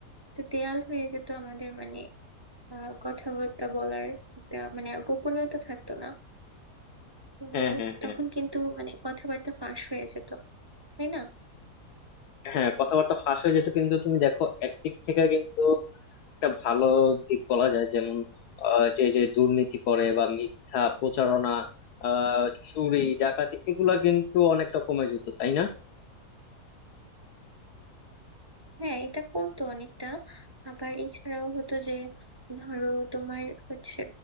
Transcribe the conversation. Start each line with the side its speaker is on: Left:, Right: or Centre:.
Right: তো দেয়াল হয়ে যেত আমাদের মানে আহ, কথাবার্তা বলার একটা মানে গোপনীয়তা থাকতো না তো
Left: হ্যাঁ হ্যাঁ
Right: তখন
Left: হ্যাঁ
Right: কিন্তু মানে কথাবার্তা ফাঁস হয়ে যেত তাই না
Left: হ্যাঁ কথাবার্তা ফাঁস হয়ে যেত কিন্তু তুমি দেখো একদিক থেকে কিন্তু একটা ভালো দিক বলা যায় যেমন আহ, যে যে দুর্নীতি করে বা মিথ্যা প্রচারণা আহ চুরি ডাকাতি এগুলা কিন্তু অনেকটা কমে যেত তাই না
Right: হ্যাঁ এটা কমতো অনেকটা আবার এছাড়াও হতো যে ধরো তোমার হচ্ছে